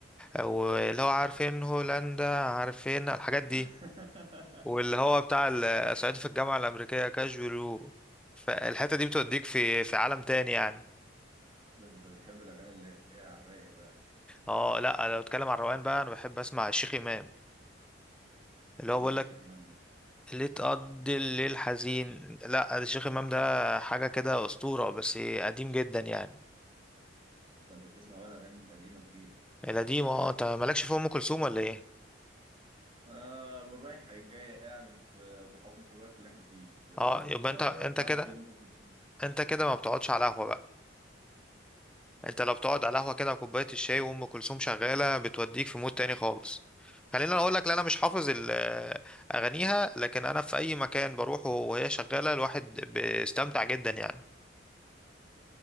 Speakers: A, in the centre; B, on the right.
A: واللي هو عارفين هولندا عارفين الحاجات دي
B: <laughs>
A: واللي هو بتاع ال- صعيدي في الجامعه الامريكيه كاجولو فالحته دي بتوديك في في عالم تاني يعني
B: ده انت بتحب الأغاني اللي هي على الرايق بقى
A: اه لا لو اتكلم عن الروقان بقى انا بحب اسمع الشيخ امام اللي هو
B: مين
A: بيقول
B: الشيخ إمام ده؟
A: ليه تقضي الليل حزين لا الشيخ امام ده حاجه كده اسطوره بس قديم جدا يعني
B: ده انت بتسمع بقى الأغاني القديمة كتير
A: القديم اه انت مالكش في ام كلثوم ولا ايه
B: آه من رايحة للجاية يعني في- بحكم الوقت اللي احنا فيه بس
A: اه
B: انت
A: يبقى انت انت
B: تعرف
A: كده
B: ايه لأم كلثوم؟
A: انت كده ما بتقعدش على قهوه بقى انت لو بتقعد على قهوه كده وكوبايه الشاي وام كلثوم شغاله بتوديك في مود تاني خالص خلينا اقول لك لا انا مش حافظ ال- آه، اغانيها لكن انا في اي مكان بروحه وهي شغاله الواحد بيستمتع جدا يعني